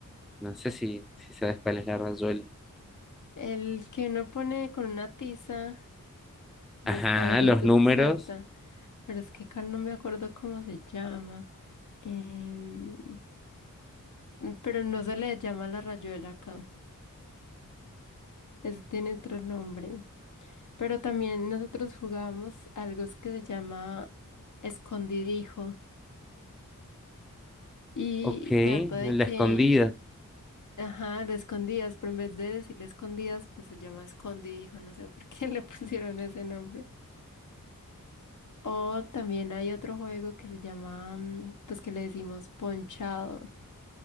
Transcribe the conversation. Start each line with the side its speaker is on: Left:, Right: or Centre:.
Centre: No sé si, si sabes cuál es la rayuela.
Left: el que uno pone con una tiza los
Centre: Ajá,
Left: cuadritos
Centre: los números.
Left: y salta, pero es que acá no me acuerdo cómo se llama. Em, pero no se le llama la rayuela acá, eso tiene otro nombre. Pero también nosotros jugábamos algo que se llama escondidijo y
Centre: Ok,
Left: trata de
Centre: la
Left: que
Centre: escondida.
Left: Ajá, lo escondías, pero en vez de decirle escondías, pues se llama escondi, dijo no sé por qué <laughs> le pusieron ese nombre. O también hay otro juego que se llama, mm, pues que le decimos ponchado,